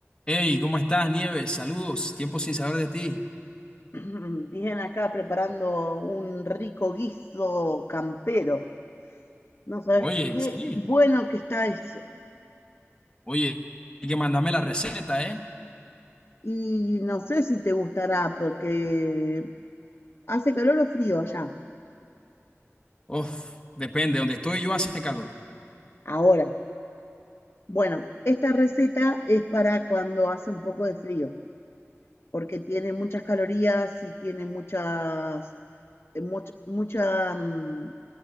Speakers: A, on the left; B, on the left.
A: Hey, ¿cómo estás, Nieves? Saludos, tiempo sin saber de ti.
B: <laughs> <clears throat> Bien, acá preparando un rico guiso campero. No sabes
A: Oye,
B: qué
A: sí,
B: bueno que está eso.
A: oye, hay que mandarme la receta, ¿eh?
B: Y no sé si te gustará porque hace calor o frío allá.
A: Uf, depende, donde estoy yo hace calor.
B: Ahora, bueno, esta receta es para cuando hace un poco de frío. porque tiene muchas calorías y tiene muchas, eh, much- mucha, mm,